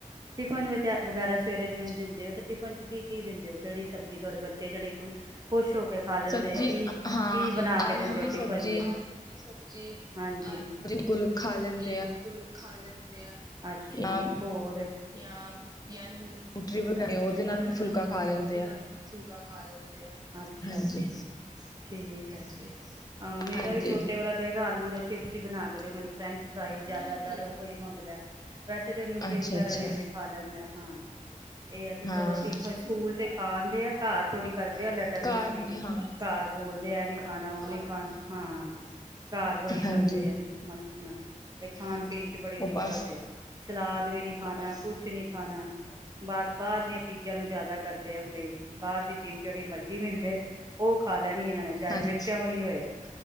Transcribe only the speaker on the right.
ਟਿਫਨ ਵਗੈਰਾ ਸਵੇਰੇ ਜਿਵੇਂ ਦਿੰਦੇ ਹੋ ਤੇ ਟਿਫਨ ਚ ਕੀ ਕੀ ਦਿੰਦੇ ਹੋ ਕਿਹੜੀ ਸਬਜ਼ੀ ਤੁਹਾਡੇ ਬੱਚੇ ਜਿਹੜੇ ਕੋਈ ਖੁਸ਼ ਹੋ ਕੇ ਖਾ ਲੈਂਦੇ
ਆ ਕੀ
ਕੀ ਬਣਾ
ਕੇ ਦਿੰਦੇ
ਹੋ
ਟਿਫਨ ਚ ਆਲੂ ਦੀ ਸਬਜੀ ਹਾਂਜੀ ਆਲੂ ਦੀ
ਸਬਜ਼ੀ
ਸੁੱਕੀ
ਬਿਲਕੁਲ ਖਾ ਲੈਂਦੇ ਆ ਅੱਛਾ
ਹੋਰ ਯਾ ਯ ਜਿਵੇਂ
ਸਬਜੀ
ਵਗੈਰਾ
ਹੋਏ
ਉਹਦੇ ਨਾਲ
ਫੁਲਕਾ ਖਾ ਲਿੰਦੇ ਆ। ਅੱਛਾ
ਅੱਛਾ ਠੀਕ ਹੈ ਜੀ ਹਾਂ ਮੇਰਾ
ਵੀ ਛੋਟੇ ਵਾਲਾ ਕਹੇਗਾ ਆਲੂ ਦਾ ਚਿਪਸ ਹੀ ਬਣਾ ਕੇ ਦਿਓ ਮੈਨੂੰ ਫਰੈਂਚ ਫਰਾਈਜ਼ ਜ਼ਿਆਦਾਤਰ ਉਹ ਹੀ ਮੰਗਦਾ ਹੈ। ਵੈਸੇ ਤਾਂ ਉਹ ਨਿਊਟਰੀ
ਵਗੈਰਾ
ਵੀੇ ਅਜੇ ਖਾ ਲੈਂਦਾ ਹਾਂ। ਇਹ ਆ ਕਿ
ਚਲੋ ਟਿਫਨ ਸਕੂਲ ਤੇ ਖਾਦੇ ਆ ਘਰ ਥੋੜੀ ਕਰਦੇ ਆ ਲਟਰ
ਮਸਤੀ
ਘਰ ਬੋਲਦੇ ਐ ਨੀ ਖਾਣਾ ਉਹ ਨੀ ਖਾਣਾ ਹਾਂ ਘ ਵਰੀ ਕਰਦੇ
ਆ। ਮਸਤੀਆਂ ਤੇ ਖਾਣ ਪੀਣ ਚ ਬੜੀ
ਦਿੱਕਤ।
ਏ ਸਲਾਦ ਵੀ ਨੀ ਖਾਣਾ ਕੁਛ ਨਹੀਂ ਖਾਣਾ। ਬਾਹਰ ਬਾਹਰ ਦੀਆਂ ਚੀਜ਼ਾਂ ਨੂੰ ਜਿਆਦਾ ਕਰਦੇ ਆ ਬਈ ਬਾਹਰ ਦੀ ਚੀਜ਼ ਜਿਹੜੀ ਮਰਜ਼ੀ ਮਿਲ ਜਾਏ। ਉਹ ਖਾ ਲੈਣੀ ਇਹਨਾਂ ਨੇ ਚਾਹੇ
ਮਿਰਚਾਂ ਵਾਲੀ ਹੋਏ